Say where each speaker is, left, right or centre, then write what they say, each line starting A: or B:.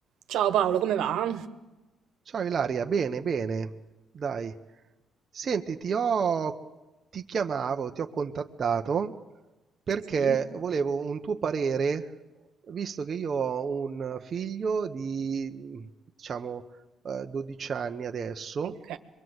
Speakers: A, on the right (about 80°); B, on the right (about 40°).
A: Ciao Paolo, come va?
B: Ciao Ilaria, bene, bene, dai. Senti, ti ho... ti chiamavo, ti ho contattato perché
A: Sì,
B: volevo un tuo parere, visto che io ho un figlio di, diciamo, eh, 12 anni adesso
A: Ok.